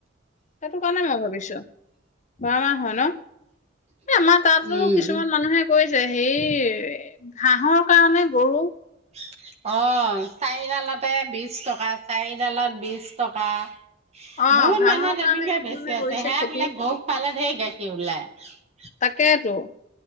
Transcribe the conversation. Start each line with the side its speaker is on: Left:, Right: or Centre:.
Left: সেইকাৰণেই মই ভাবিছিলোঁ যে বাৰ মাহেই হয় নেকি। আমাৰ তাতো
Right: উম
Left: কিছুমান মানুহে তেনেকুৱাই কৈছে। হয়, ঘাঁহৰ কাৰণে গৰু পালন কৰে।
Right: অ', চাৰিডালৰ দাম বিশ টকা। বহুত মানুহে তেনেকৈ কয়। সেইটো
Left: অ
Right: খুৱালে
Left: ঘাঁহৰ কাৰণে
Right: গৰুৱে
Left: কিছুমানে
Right: বোলে
Left: কৰিছে খেতি
Right: বেছি গাখীৰ দিয়ে। উ-
Left: তাকেইতো,